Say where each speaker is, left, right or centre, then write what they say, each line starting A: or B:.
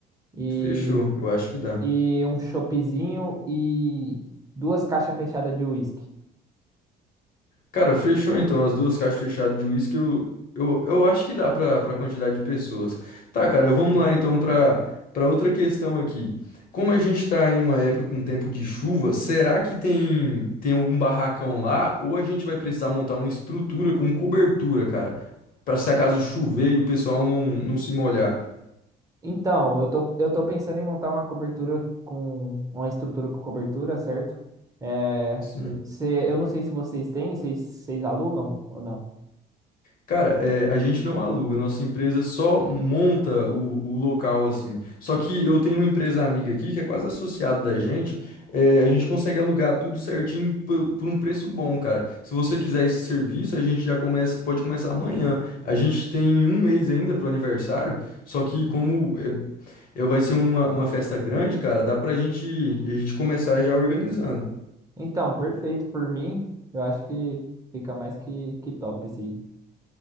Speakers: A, on the right; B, on the left.
A: E,
B: Fechou, eu acho que dá.
A: e um choppzinho e duas caixas fechadas de uísque.
B: Cara, fechou então. As duas caixas fechadas de uísque, eu, eu, eu acho que dá pra, pra quantidade de pessoas. Tá, cara, vamos lá então pra, pra outra questão aqui. Como a gente tá em uma época com tempo de chuva, será que tem, tem algum barracão lá? Ou a gente vai precisar montar uma estrutura com cobertura, cara? Pra se acaso chover e o pessoal não, não se molhar.
A: Então, eu tô, eu tô pensando em montar uma cobertura com uma estrutura com cobertura, certo? É,
B: Sim.
A: se, eu não sei se vocês têm, vocês, vocês alugam ou não.
B: Cara, é, a gente não aluga, nossa empresa só monta o, o local assim. Só que eu tenho uma empresa amiga aqui que é quase associada da gente, é, a gente consegue alugar tudo certinho por, por um preço bom, cara. Se você quiser esse serviço, a gente já começa, pode começar amanhã. A gente tem um mês ainda pro aniversário, só que como é, é- vai ser uma, uma festa grande, cara, dá pra gente, a gente começar já organizando.
A: Então, perfeito por mim. Eu acho que fica mais que, que top esse aí.